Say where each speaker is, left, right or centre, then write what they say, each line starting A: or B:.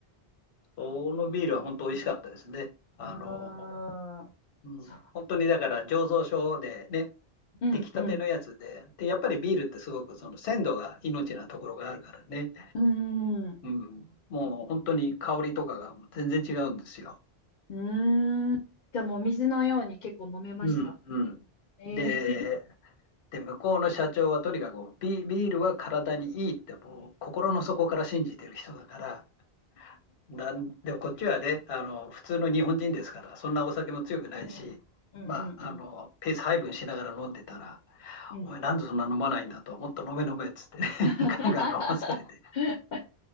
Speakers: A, on the left; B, on the left.
A: このビールは本当美味しかったですね。あの、
B: ああ、
A: うん、
B: そう。
A: 本当にだから醸造所でね、
B: うんうん。
A: 出来たてのやつで、で、やっぱりビールってすごくその鮮度が命なところがあるからね、
B: うーん。
A: うん、もう本当に香りとかがもう全然違うんですよ。
B: うーん。じゃあもう水のように結構飲めました
A: うん、うん。
B: ええ
A: で、で、向こうの社長はとにかくビ、ビールは体にいいってもう心の底から信じてる人だから、なんでもこっちはね、あの、普通の日本人ですから、そんなお酒も強くないし、
B: うん。<laughs> うんうんうん
A: まあ、あの、ペース配分しながら飲んでたら、
B: うん。うん。
A: お前なんでそんな飲まないんだと、もっと飲め飲めっつってね
B: <laughs>
A: <laughs>、ガンガン飲まされて、